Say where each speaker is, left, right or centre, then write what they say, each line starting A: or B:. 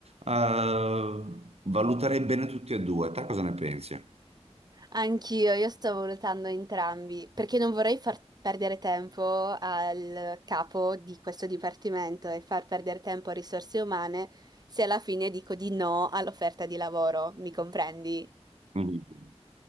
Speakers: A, on the right; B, on the right.
A: Eh, valuterei bene tutti e due, te cosa ne pensi?
B: Anch'io, io stavo valutando entrambi, perché non vorrei far perdere tempo al capo di questo dipartimento e far perdere tempo a risorse umane se alla fine dico di no all'offerta di lavoro, mi comprendi?
A: Mhm.